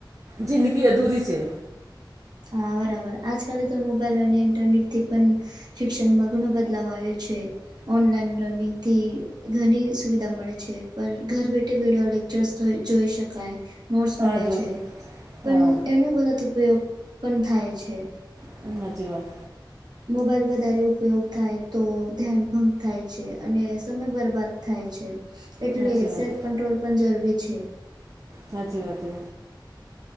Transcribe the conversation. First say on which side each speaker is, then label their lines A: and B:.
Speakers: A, on the right; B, on the right.
A: જિંદગી અધૂરી છે.
B: હા, બરાબર આજ-કાલે તો મોબાઈલ અને ઇન્ટરનેટથી પણ શિક્ષણમાં ઘણો બદલાવ આવ્યો છે, ઓનલાઈન લર્નિંગથી. અનેક સુવિધા મળે છે, પણ ઘર બેઠા બેઠા લેક્ચર્સ જોઈ શકાય. નોટ્સ
A: હા
B: મળે
A: જોઈ
B: છે,
A: હા
B: પણ એનો ગલત ઉપયોગ પણ થાય છે.
A: <unintelligible> વાત
B: મોબાઈલ વધારે ઉપયોગ થાય તો ધ્યાન ભંગ થાય છે, અને સમય બરબાદ થાય છે. એટલે
A: સાચી વાત
B: સેલ્ફ કંટ્રોલ પણ જરૂરી છે.
A: સાચી વાત છે.